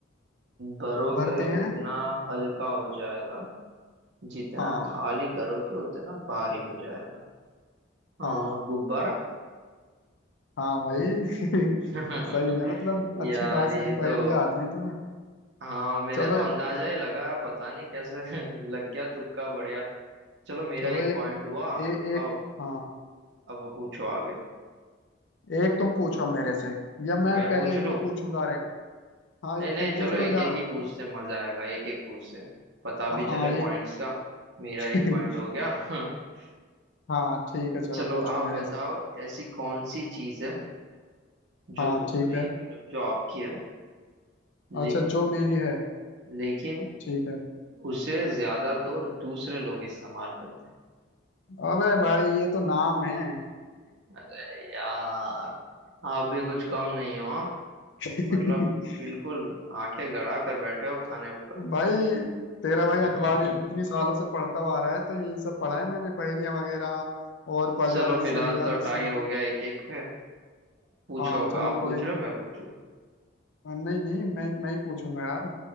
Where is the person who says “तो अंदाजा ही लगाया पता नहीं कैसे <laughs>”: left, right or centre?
Right